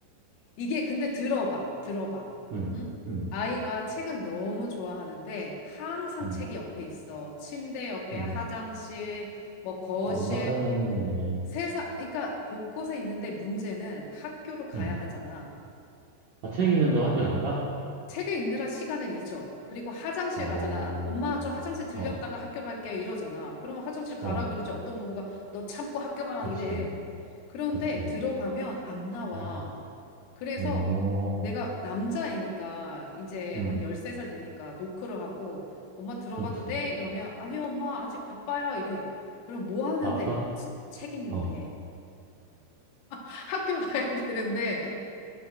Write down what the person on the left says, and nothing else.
이게 근데 들어봐, 들어봐.
응?
아이가 책을 너무 좋아하는데, 항상
책이 옆에 있어. 침대 옆에
화장실, 뭐 거실,
세상, 그러니까 곳곳에 있는데 문제는 학교를 가야
하잖아.
책을 읽느라 시간을 잊어. 그리고 화장실
가잖아. 엄마, 저 화장실 들렸다가
학교 갈게요. 이러잖아. 그러면 화장실 가라
그러지. 어떤 부모가 너 참고 학교 가.
이래. 그런데
들어가면 안 나와.
그래서
내가 남자애니까 이제
한 13살 되니까 노크를 하고 엄마 들어가도
돼? 이러면 아니요, 엄마 아직 바빠요. 이래. 그럼 뭐 하는데?
치- 책 읽는데.
<laughs> 학교 가야 되는데.